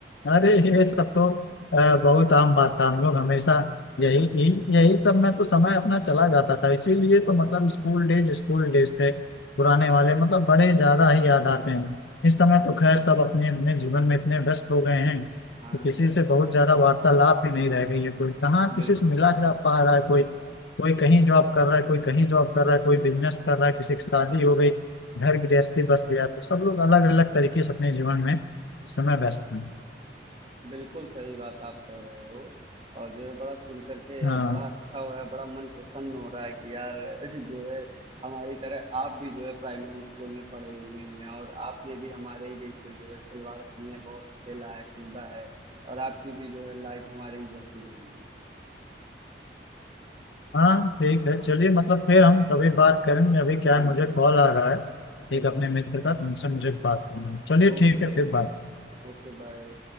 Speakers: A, on the left; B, on the right.
A: अरे
B: बिल्कुल
A: ये सब तो अ, बहुत आम बात था हम लोग हमेशा यही यही यही सब में तो समय अपना चला जाता था इसीलिए तो मतलब स्कूल डेज स्कूल डेज थे पुराने वाले मतलब बड़े ज्यादा ही याद आते हैं इस समय
B: बिल्कुल
A: तो खैर सब अपने अपने जीवन में इतने व्यस्त हो गए हैं कि
B: हाँ
A: किसी
B: यार
A: से बहुत ज्यादा वार्तालाप ही नहीं रह गई है कोई कहाँ
B: बिल्कुल
A: किसी से मिला जा पा रहा है कोई कोई कहीं जॉब कर रहा है कोई कहीं जॉब कर रहा है कोई बिजनेस कर रहा है किसी की शादी हो गई घर गृहस्थी बस गया तो सब लोग अलग अलग तरीके से अपने जीवन में इस समय व्यस्त हैं
B: बिल्कुल सही बात आप कह रहे हो और जो है बड़ा सुन करके
A: हाँ
B: बड़ा अच्छा हो रहा है बड़ा मन प्रसन्न हो रहा है कि यार <laughs> ऐसे जो है हमारी तरह आप भी जो है प्राइमरी स्कूल में पढ़े हुए हैं और आपने भी हमारे ही जैसे जो है खिलवाड़ किए हैं बहुत खेला है कूदा है और आपकी भी जो है लाइफ हमारे ही जैसी रही है
A: हाँ ठीक है चलिए मतलब फिर हम कभी बात करेंगे अभी क्या
B: बिल्कुल
A: है मुझे कॉल आ रहा है
B: बिल्कुल
A: एक अपने मित्र
B: बिल्कुल
A: का तुमसे मुझे बात करना है। चलिए
B: Okay
A: ठीक है फिर
B: okay
A: बात
B: Okay bye